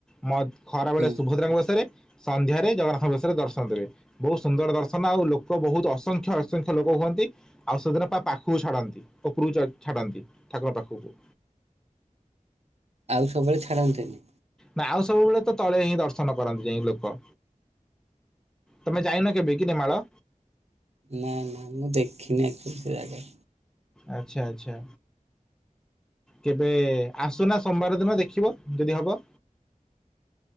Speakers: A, in the centre; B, on the right.
A: ମ ଖରା ବେଳେ
B: ହୁଁ
A: ସୁଭଦ୍ରାଙ୍କ ବେଶରେ। ସନ୍ଧ୍ୟାରେ ଜଗନ୍ନାଥ ବେସରେ ଦର୍ଶନ ଦେବେ। ବହୁତ ସୁନ୍ଦର ଦର୍ଶନ ଆଉ ଲୋକ ବହୁତ ଅସଂଖ୍ୟ ଆସଂଖ୍ୟ ଲୋକ ହୁଅନ୍ତି, ଆଉ ସେଦିନ ପା ପାଖକୁ ଛାଡ଼ନ୍ତି ଓପୁରୁ କୁ ଛାଡ଼ନ୍ତି ଠାକୁର ଙ୍କ ପାଖକୁ।
B: ଆଉ ସବୁବେଳେ ଛାଡନ୍ତି ନି।
A: ନା ଆଉ ସବୁବେଳେ ତ ତଳେ ହିଁ ଦର୍ଶନ କରନ୍ତି ଯାଇକି ଲୋକ। ତମେ ଯାଇନ କେବେ କିି ନେମାଳ?
B: ନାଁ, ନାଁ, ମୁଁ ଦେଖିନି ଆକଚୁଆଲି ସେ ଜାଗା।
A: ଆଚ୍ଛା, ଆଚ୍ଛା। କେବେ ଆସୁନା ସୋମବାର ଦିନ ଦେଖିବ ଯଦି ହବ